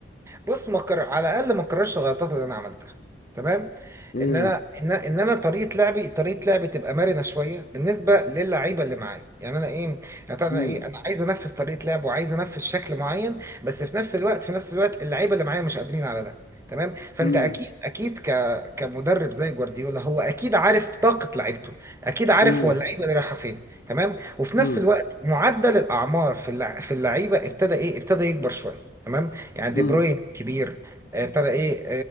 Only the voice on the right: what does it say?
بص ما كر... على الاقل ما اكررش الغلطات اللي انا عملتها تمام
ان انا ان أنا- ان انا طريقه لعبي طريقه لعبي تبقى مرنه شويه بالنسبه للعيبه اللي معايا يعني انا ايه يعني طبعاً
انا ايه انا عايز انفذ طريقه لعب وعايز انفذ شكل معين بس في نفس الوقت في نفس الوقت اللعيبه اللي معايا مش قادرين على ده تمام فانت
اكيد اكيد ك... كمدرب زي جوارديولا هو اكيد عارف طاقه لعيبته اكيد عارف
هو اللعيبه اللي رايحه فين تمام وفي نفس
الوقت معدل الاعمار في اللع... في اللعيبه ابتدى ايه ابتدى يكبر شويه تمام يعني دي
بروين كبير آه، ابتدى ايه